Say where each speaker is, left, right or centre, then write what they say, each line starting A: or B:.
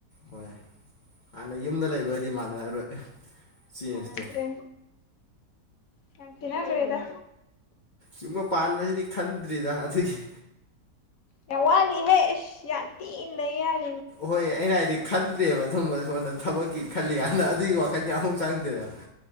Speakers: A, on the left (about 40°); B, on the left (about 65°).
A: ꯍꯣꯏ ꯍꯥꯟꯅ ꯌꯨꯝꯗ ꯂꯩꯕꯗꯤ ꯃꯥꯟꯅꯔꯔꯣꯏ꯫ ꯆꯦꯟꯖꯇꯣ
B: ꯃꯥꯥꯟꯅꯗ꯭ꯔꯦ ꯌꯥꯝ ꯈꯦꯠꯅꯒ꯭ꯔꯦꯗ꯫
A: ꯌꯨꯝꯒ ꯄꯥꯟꯕꯖꯤꯗꯤ ꯈꯟꯗ꯭ꯔꯤꯗ ꯑꯗꯨꯒꯤ꯫
B: ꯌꯥꯝ ꯋꯥꯠꯂꯤꯍꯦ ꯌꯥꯝ ꯊꯤ <unintelligible>
A: ꯍꯣꯏ ꯑꯩꯅ ꯍꯥꯏꯗꯤ ꯈꯟꯗ꯭ꯔꯦꯕ ꯑꯗꯨꯝꯕ ꯁꯣꯝꯗ ꯊꯕꯛꯀꯤ ꯈꯜꯂꯤꯀꯥꯟꯅꯗ ꯑꯗꯨꯒꯤ ꯋꯥꯈꯟꯖꯨ ꯑꯃꯨꯛ ꯆꯪꯗꯦꯗ꯫